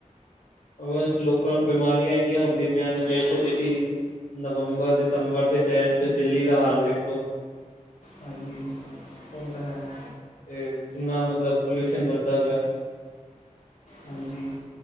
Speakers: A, on the left; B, on the left.
A: ਅਗ ਲੋਕਾਂ ਨੂੰ ਬਿਮਾਰੀਆਂ ਇੰਨੀਆਂ ਹੁੰਦੀਆਂ ਧਿਆਨ ਨਾਲ
B: ਬਿਆਨ
A: ਦੇਖੋ
B: ਦੇ
A: ਤੁਸੀਂ, ਨਵੰਬਰ ਦਸੰਬਰ ਦੇ ਟਾਈਮ 'ਚ ਦਿੱਲੀ ਦਾ ਹਾਲ ਵੇਖੋ
B: ਹਾਂਜੀ, ਉਹ ਤਾਂ ਹੈ
A: ਤੇ, ਜਿੰਨਾ ਮਤਲਬ ਪੋਲਿਊਸ਼ਨ ਵੱਧਦਾ ਪਿਆ।
B: ਹਾਂਜੀ,